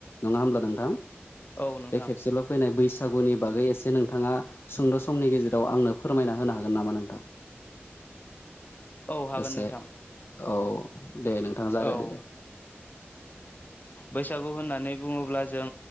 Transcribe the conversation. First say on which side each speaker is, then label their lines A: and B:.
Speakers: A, on the left; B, on the left.
A: नंङा होमब्ला नोंथां
B: औ नोंथां
A: बे खेबसेल फैनाय बैसागुनि बागै एसे नोंथांङा सुंद समनि गेजेराव आंनो फोरमायना होनो हागोन नामा नोंथां?
B: औ हागोन
A: एसे
B: नोंथां
A: औ दे नोंथां जागायदो
B: औ
A: दे।
B: बैसागु होननानै बुंङोब्ला जों